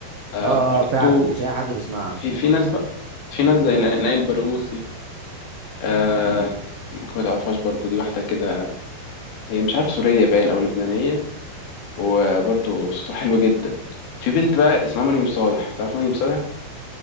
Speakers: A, on the left; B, on the right.
A: آه
B: اه
A: برضو
B: آه، فعلا مش اي حد بيسمعها
A: في في ناس بقى في ناس زي نا- نائل برغوثي آه
B: مم.
A: ممكن ما تعرفهاش برضو دي واحدة كده هي مش عارف سورية باين أو لبنانية وبرضو صوتها حلو جدا في بنت بقى اسمها مريم صالح تعرف مريم صالح؟